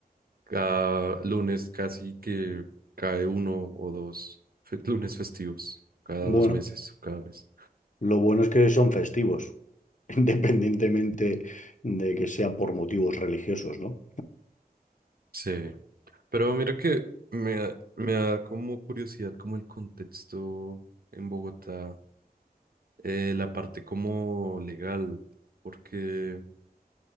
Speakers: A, on the right; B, on the left.
A: Cada lunes casi que cae uno o dos fe- lunes festivos, cada
B: Bueno,
A: dos meses o cada mes.
B: lo bueno es que son festivos, <laughs> independientemente de que sea por motivos religiosos, ¿no?
A: Sí, pero mira que me, da- me da como curiosidad como el contexto en Bogotá, eh, la parte como legal, porque